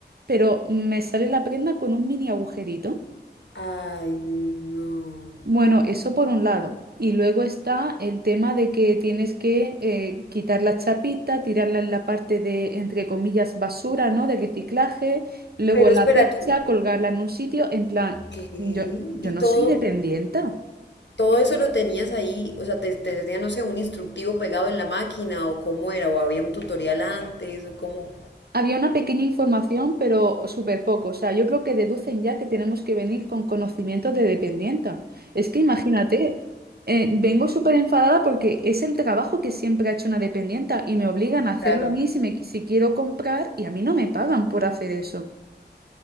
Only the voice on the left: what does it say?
Ay, no.
Pero
espera
tú.
¿Qué?
¿Y
todo?
todo eso lo tenías ahí, o sea, te, te tenía, no sé, un instructivo pegado en la máquina o cómo era, o había un tutorial antes o cómo.
Claro,